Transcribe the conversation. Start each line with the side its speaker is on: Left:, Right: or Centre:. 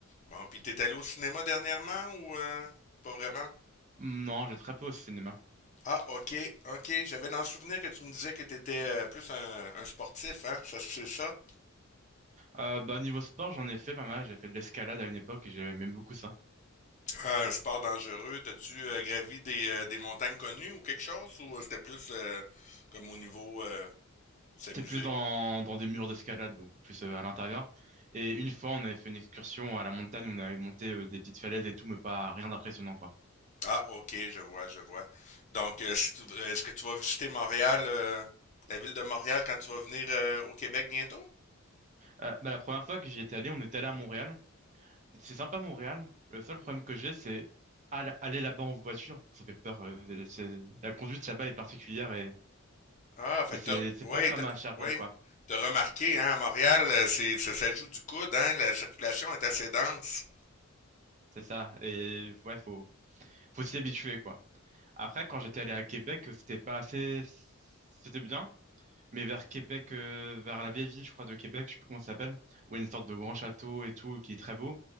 Left: Bon, puis t'es allé au cinéma dernièrement ou euh, pas vraiment?
Right: Non, j'ai très peu au cinéma.
Left: Ah, ok, ok. J'avais dans le souvenir que tu me disais que t'étais euh, plus un, un sportif, hein? Ça, c'est ça?
Right: Euh, bah, niveau sport, j'en ai fait pas mal. J'ai fait de l'escalade à une époque et j'aimais même beaucoup ça.
Left: Un sport dangereux, t'as-tu euh, gravi des, euh, des montagnes connues ou quelque chose? Ou euh, c'était plus euh, comme au niveau euh, s'amuser?
Right: C'était plus dans, dans des murs d'escalade, donc plus euh, à l'intérieur. Et une fois, on avait fait une excursion à la montagne où on avait monté euh, des petites falaises et tout, mais pas rien d'impressionnant, quoi.
Left: Ah, ok, je vois, je vois. Donc, euh, si tu- euh, est-ce que tu vas visiter Montréal, euh, la ville de Montréal, quand tu vas venir euh, au Québec bientôt?
Right: Euh, bah, la première fois que j'y étais allé, on était allé à Montréal. C'est sympa, Montréal. Le seul problème que j'ai, c'est al- aller là-bas en voiture, ça fait peur. euh, c'est- la conduite là-bas est particulière et,
Left: Ah, fait
Right: et c'est
Left: que t'as,
Right: c'est
Left: oui,
Right: pas comme
Left: t'as,
Right: à Sherbrooke,
Left: oui,
Right: quoi.
Left: t'as remarqué, hein, à Montréal, euh, c'est, ça, ça joue du coude, hein, la circulation est assez dense.
Right: C'est ça. Et ouais, faut, faut s'y habituer, quoi. Après, quand j'étais allé à Québec, euh, c'était pas assez, c'était bien, mais vers Québec, euh, vers la vieille ville, je crois, de Québec, je sais plus comment ça s'appelle, où il y a une sorte de grand château et tout, qui est très beau.